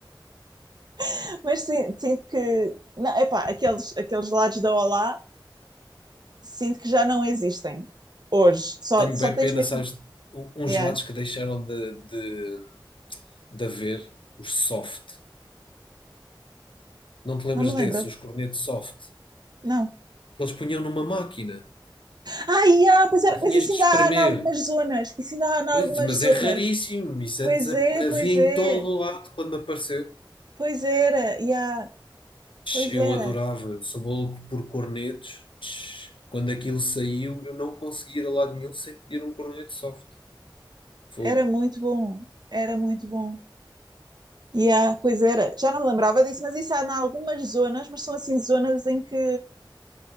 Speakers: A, on the right; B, on the left.
A: <laughs> Mas sim, sinto que. Não, epá, aqueles, aqueles gelados da Olá, sinto que já não existem hoje. Só,
B: Tenho
A: só
B: bem
A: tens
B: pena,
A: mesmo.
B: sabes, um- uns
A: Yeah.
B: lados que deixaram de, de- de haver os soft. Não te lembras
A: Não me lembro.
B: desses, os cornetos soft?
A: Não.
B: Que eles punham numa máquina
A: Ai, ah, pois era,
B: e
A: mas
B: tinhas
A: isso
B: de
A: ainda
B: espremer.
A: há em algumas zonas. Isso ainda há em
B: Eu
A: algumas
B: disse, Mas
A: zonas.
B: é raríssimo, isso
A: Pois
B: antes havia
A: é, pois
B: em
A: é.
B: todo o lado quando apareceu.
A: Pois era, yeah,
B: Tch,
A: pois
B: Eu
A: era.
B: adorava, eu sou maluco por cornetos. Tch, Quando aquilo saiu, eu não conseguia ir a lado nenhum sem pedir um corneto soft. Fogo.
A: Era muito bom. Era muito bom. Yeah, pois era. Já não me lembrava disso, mas isso há em algumas zonas, mas são assim zonas em que